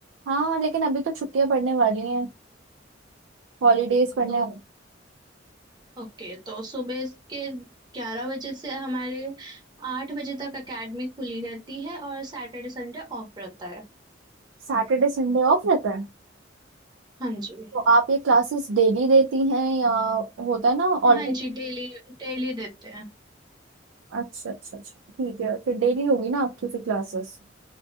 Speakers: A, on the right (about 85°); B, on the right (about 25°).
A: हाँ लेकिन अभी तो छुट्टियां पड़ने वाली हैं हॉलीडेज पड़ने
B: तो
A: वाली
B: ओके तो सुबह के ग्यारह बजे से हमारे आठ बजे तक एकेडमी खुली रहती है और सैटरडे संडे ऑफ रहता है
A: सैटरडे संडे ऑफ रहता है
B: हाँ जी
A: तो आप ये क्लासेस डेली देती हैं या होता है ना ऑल
B: हाँ जी डेली डेली देते हैं
A: अच्छा अच्छा अच्छा ठीक है फिर डेली होगी ना आपकी फिर क्लासेस